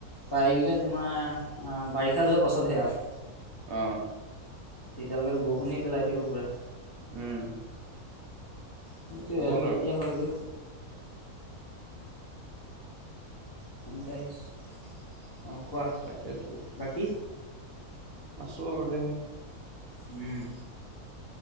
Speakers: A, on the left (about 25°); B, on the right (about 70°).
A: পাৰিলে তোমাৰ বাৰিষা যোৱাৰ পাছতহে আও।
B: অ।
A: তেতিয়ালৈকেতো বৰষুণিয়ে পেলাই থাকিব পোৰা।
B: উম।
A: সেইটোয়ে
B: গ'ল
A: আও কেতিয়া
B: আৰু
A: হয় গৈ? ফোন এটা আহিছে অঁ কোৱা
B: তাকেতো
A: বাকী?
B: আছো আৰু দে।
A: উম।